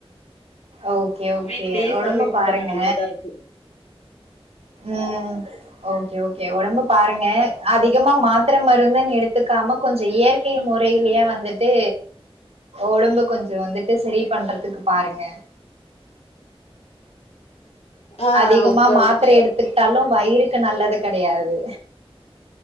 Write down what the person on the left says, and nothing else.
வீட்லயே
சாமி கும்பிட்டுக்க
வேண்டியதா இருக்கு
ஆ
ஓகே
ஓகே